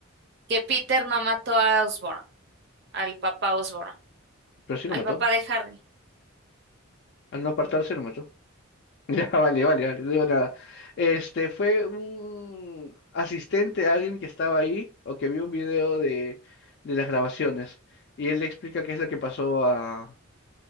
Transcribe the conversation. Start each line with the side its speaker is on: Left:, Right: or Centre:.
Right: Que Peter no mató a Osborn, al papá Osborn,
Left: Pero sí
Right: al
Left: lo mató.
Right: papá de Harry.
Left: Al no apartarse lo mató. <laughs> Ya, vale, vale, vale. No digo nada. Este fue un asistente, alguien que estaba ahí o que vio un video de, de las grabaciones. Y él le explica qué es lo que pasó a,